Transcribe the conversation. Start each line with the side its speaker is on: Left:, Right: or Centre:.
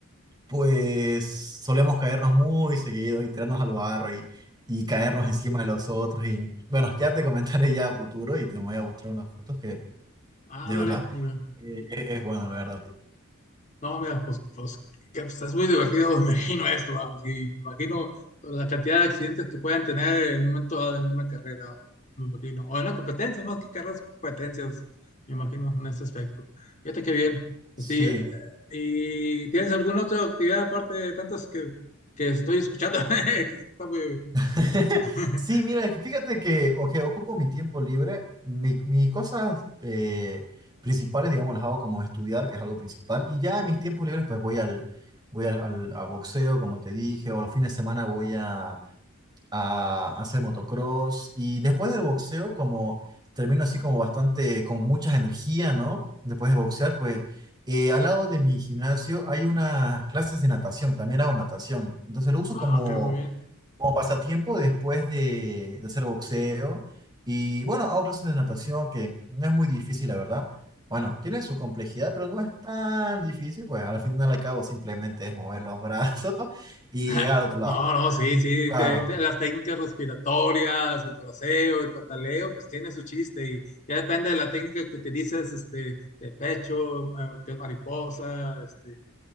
Right: pues solemos caernos muy seguidos y tirarnos al barro y, y caernos encima de los otros. Y bueno, ya te comentaré ya a futuro y te voy a mostrar unas fotos que
Left: Ándale,
Right: de verdad
Left: muy bien.
Right: eh, <laughs> es, es bueno, la verdad.
Left: No, mira, pues, pues, que, pues, es muy divertido, <laughs> me imagino esto, ¿va? Y me imagino la cantidad de accidentes que pueden tener en un momento dado en una carrera, me imagino, o en una competencia, más que carreras, competencias, me imagino, en este aspecto. Fíjate qué bien.
Right: Sí.
Left: Este, eh, ¿y tienes alguna otra actividad aparte de tantas que, que estoy escuchando? <laughs> Que está muy-
Right: <laughs>
Left: <laughs>
Right: Sí, mira, es que fíjate que o que ocupo mi tiempo libre, mi- mis cosas eh, principales, digamos, las hago como estudiar, que es algo principal, y ya en mis tiempos libres pues voy al, voy al, al- a boxeo, como te dije, o los fines de semana voy a, a hacer motocross y después del boxeo como termino así como bastante con mucha energía, ¿no? Después de boxear, pues eh, al lado de mi gimnasio hay unas clases de natación, también hago natación, entonces lo uso
Left: Ah,
Right: como,
Left: ok, muy bien.
Right: como pasatiempo después de, de hacer boxeo y bueno, hago clases de natación que no es muy difícil, la verdad. Bueno, tiene su complejidad, pero no es tan difícil, pues al final al cabo simplemente es mover los brazos <laughs> y
Left: <laughs>
Right: llegar al otro lado.
Left: No, no, sí, sí,
Right: Claro.
Left: te- te- las técnicas respiratorias, el braceo, el pataleo, pues tiene su chiste y ya depende de la técnica que utilices, este, de pecho, eh, que es mariposa, este,